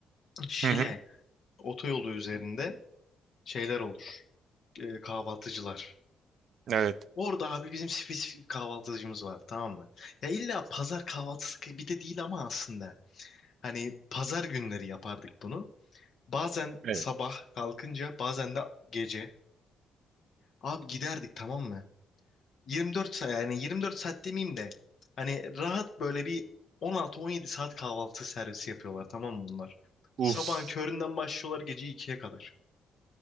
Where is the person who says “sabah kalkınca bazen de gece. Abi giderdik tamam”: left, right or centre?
Left